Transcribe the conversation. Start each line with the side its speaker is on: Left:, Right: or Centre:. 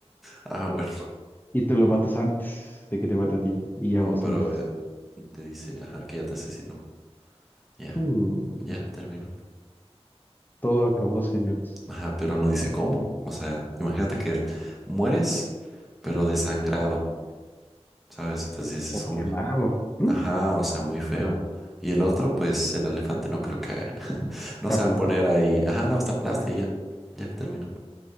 Centre: Ah, bueno.
Left: <laughs> y te lo matas antes de que te mate a ti y aún
Centre: No,
Left: así
Centre: pero
Left: mueres.
Centre: eh, te dice, ajá, que ya te asesinó. Ya.
Left: Mm,
Centre: ya terminó.
Left: todo acabó, señores.
Centre: Ajá, pero no dice cómo. O sea, imagínate que mueres, pero desangrado, ¿sabes? Entonces dices,
Left: O
Centre: uy,
Left: quemado. Mm,
Centre: ajá, o sea, muy feo. Y el otro, pues el elefante no creo que haga- <laughs> no
Left: Te
Centre: se
Left: aplastó.
Centre: va a poner ahí, ajá, no, hasta aplasta y ya, ya terminó.